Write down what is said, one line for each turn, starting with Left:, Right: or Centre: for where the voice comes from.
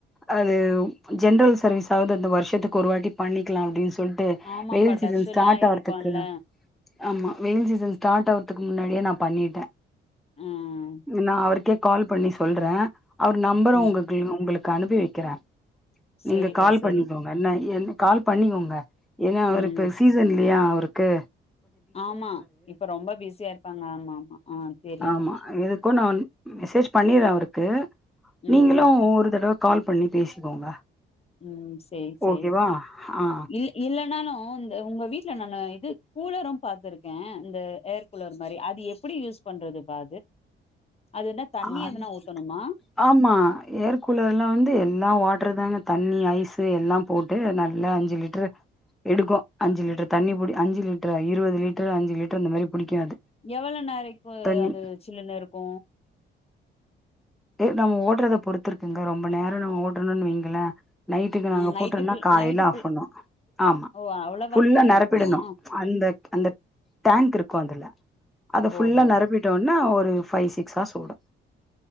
Centre: அது ஜென்ரல் சர்வீஸாவ்து அந்த வர்ஷத்துக்கு ஒரு வாட்டி பண்ணிக்கலா அப்டின் சொல் ட்டு
Left: ஆமாப்பா
Centre: வெயில் சீசன்
Left: டஸ்ட்
Centre: ஸ்டாட்
Left: எல்லா இருக்கும்ல
Centre: ஆவற்த்துக்கு ஆமா வெயில் சீசன் ஸ்டாட் ஆவற்த்துக்கு முன்னாடியே நா பண்ணிட்டே
Left: ம்
Centre: நா அவருக்கே கால் பண்ணி சொல்றே அவர் நம்பரு
Left: ம்
Centre: உங்கக்கு உங்களுக்கு அனுப்பி வெக்கறே
Left: செரிப்பா
Centre: நீங்க கால்
Left: செரி
Centre: பண்ணிக்கோங்க என்ன என் கால் பண்ணிக்கோங்க ஏனா அவர்
Left: ம்
Centre: இப்ப சீசன் இல்லியா அவுருக்கு
Left: ஆமா இப்ப ரொம்ப பிஸியாருப்பாங்க ஆமா ஆ செரிப்பா
Centre: ஆமா எதுக்கு நா வந் மெசேஜ் பண்ணீர்றே அவுருக் கு
Left: ம்
Centre: நீங்களு
Left: ம்
Centre: ஒரு தடவ கால் பண்ணி பேசிக்கோங்க
Left: ம் சேரி சேரி
Centre: ஓகேவா ஆ
Left: இ இல்லனாலு இந்த உங்க வீட்ல நானு இது கூலரு பாத்துருக்கே இந்த ஏர் கூலர் மாரி அது எப்பிடி யூஸ் பண்றதுப்பா அது என்ன தண்ணி
Centre: அது
Left: எதுனா ஊத்தணுமா
Centre: ஆமா ஏர் கூலர்ல வந்து எல்லா வாட்ரு தாங்க தண்ணி ஐஸு எல்லாம் போட்டு நல்லா அஞ்சு லிட்ரு எடுக்கு அஞ்சு லிட்ரு தண்ணி புடி அஞ்சு லிட்ரா இருவது லிட்ரு அஞ்சு லிட்ரு இந்த மாரி புடிக்கு அது
Left: எவ்வளோ நேரோ இப்போ
Centre: தண்ணி
Left: அது சில்லுனுருக்கு
Centre: து நம்ம ஓட்றத பொறுத்திருக்குங்க ரொம்ப நேரோ நம்ம ஓடுனொன் வைங்கள நைட்டுக்கு நாங்க
Left: அ நைட்டு
Centre: போட்டோன்னா
Left: ஃபுல்
Centre: காலேல
Left: நைட்டு ஃபுல்
Centre: ஆஃப் பண்ணோ ஆமா
Left: ஓ அவ்ளோ
Centre: ஃபுல்லா
Left: வரைக்கு
Centre: நெரப்பிடணு
Left: இருக்குமா
Centre: அந்த அந்த டேங்க் இருக்கு அதுல அத ஃபுல்லா
Left: ஓஹோ
Centre: நெரப்பிட்டோன்னா ஒரு ஃபை சிக்ஸ் ஹார்ஸ் ஓடு